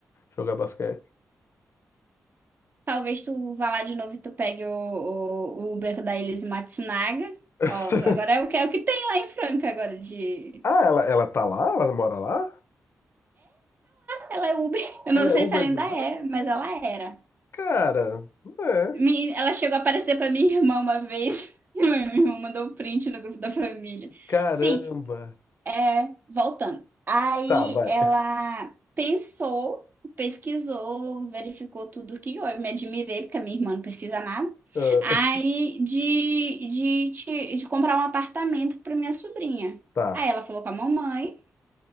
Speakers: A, on the left; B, on the right.
A: jogar basquete.
B: Talvez tu vá lá de novo e tu pegue o, o, o Uber da Elise Matsunaga.
A: <laughs>
B: Ó, agora é o que, é o que tem lá em Franca agora de
A: Ah, ela, ela tá lá? Ela mora lá?
B: Ela é Uber. <laughs> Eu
A: Ela
B: não sei
A: é Uber
B: se ela ainda
A: de lá?
B: é, mas ela era.
A: Cara, é.
B: Mi- Ela chegou a aparecer pra minha irmã uma vez. <laughs> Minha irmã mandou um print no grupo da família.
A: Caramba.
B: Sim, é, voltando. Aí
A: Tá, vai.
B: ela pensou, pesquisou, verificou tudo que eu me admirei, porque a minha irmã não pesquisa nada.
A: Ah,
B: Aí de, de, de, de comprar um apartamento pra minha sobrinha.
A: tá.
B: Aí ela falou com a mamãe,